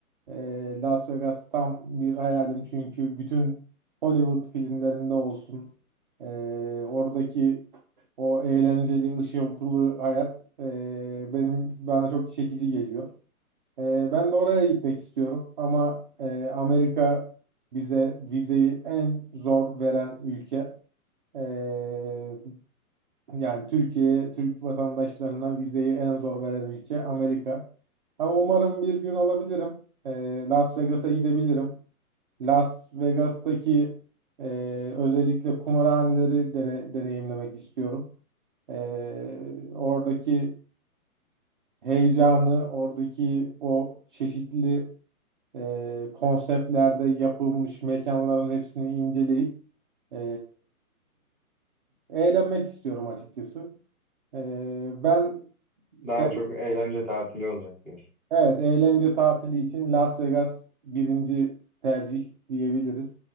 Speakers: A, on the right; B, in the centre.
A: E, Las Vegas tam bir hayalim çünkü bütün Hollywood filmlerinde olsun. e, oradaki o eğlenceli, ışıltılı hayat e, benim bana çok çekici geliyor. E, ben de oraya gitmek istiyorum ama e, Amerika bize vizeyi en zor veren ülke. E, yani Türkiye, Türk vatandaşlarına vizeyi en zor veren ülke Amerika. Ama umarım bir gün alabilirim. Ee, Las Vegas'a gidebilirim. Las Vegas'taki e, özellikle kumarhaneleri dene- deneyimlemek istiyorum. Ee, oradaki heyecanı, oradaki o çeşitli e, konseptlerde yapılmış mekanların hepsini inceleyip e, eğlenmek istiyorum açıkçası. Ee, ben Se-
B: Daha çok eğlence tatili olacak diyorsun.
A: Evet, eğlence tatili için Las Vegas birinci tercih diyebiliriz.